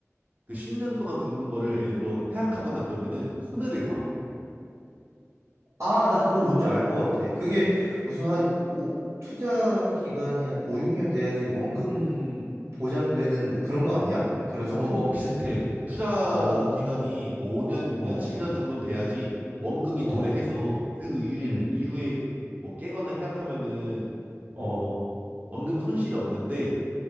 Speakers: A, on the right (about 30°); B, on the right (about 70°).
A: 그 10년 동안 붓는 거를 예를 들어 해약하거나 그러면은 손해를 봐.
B: 아, 나 그거 뭔지 알 것 같아. 그게 무슨 한 오, 투자 기간이 한 5, 6년 돼야지 원금 보장되는 뭐 그런 거 아니야? 그런 상품?
A: 어, 뭐 비슷해. 투자
B: 어.
A: 기간이 뭐 5년, 6년,
B: 어,
A: 7년 정도 돼야지 원금이
B: 어,
A: 도래해서 그 이후에,
B: 음,
A: 이후에 뭐 깨거나 해약하면은 어,
B: 어,
A: 원금 손실이 없는데